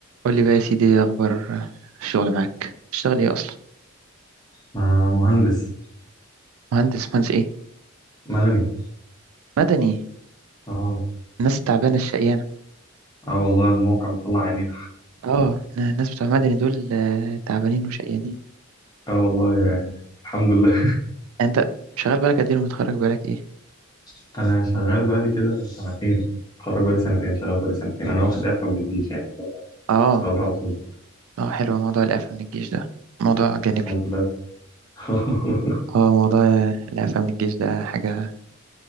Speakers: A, on the right (about 80°); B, on the left (about 20°).
A: قول لي بقى يا سيدي ايه اخبار الشغل معاك بتشتغل ايه اصلا
B: مع مهندس
A: مهندس مهندس ايه
B: مدني
A: مدني
B: اه
A: الناس التعبانه الشقيانه
B: اه والله الموقع مطلع عينين
A: اه الناس بتوع مدني دول آه، تعبانين وشقيانين
B: اه والله يعني الحمد لله
A: يعني انت شغال بالك قد ايه ومتخرج بالك ايه
B: <laughs> انا شغال بقالي كده سنتين اتخرج بقالي سنتين شغال بقالي سنتين انا واخد اعفاء من الجيش يعني
A: اه
B: اشتغلت على طول
A: اه حلو موضوع الاعفاء من الجيش ده موضوع جانبي
B: الحمد لله <laughs>
A: اه موضوع الاعفاء من الجيش ده حاجه